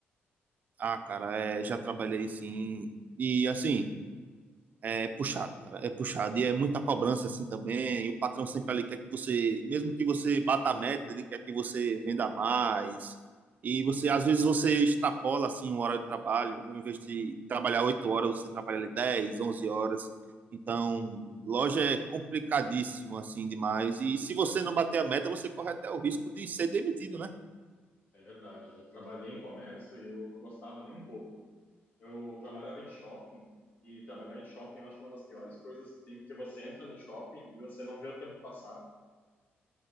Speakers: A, on the right (about 40°); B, on the left (about 45°).
A: Ah, cara, é, já trabalhei sim. E assim, é puxado, cara. É puxado. E é muita cobrança assim também. E o patrão sempre ali quer que você, mesmo que você bata a meta, ele quer que você venda mais. E você, às vezes, você extrapola assim uma hora de trabalho. Em vez de trabalhar oito horas, você trabalha ali 10, 11 horas. Então, loja é complicadíssimo assim demais. E se você não bater a meta, você corre até o risco de ser demitido, né?
B: É verdade, eu já trabalhei em comércio e eu não gostava nem um pouco. Eu trabalhava em shopping e trabalhar em shopping eu acho uma das piores coisas que tem, porque você entra no shopping e você não vê o tempo passar.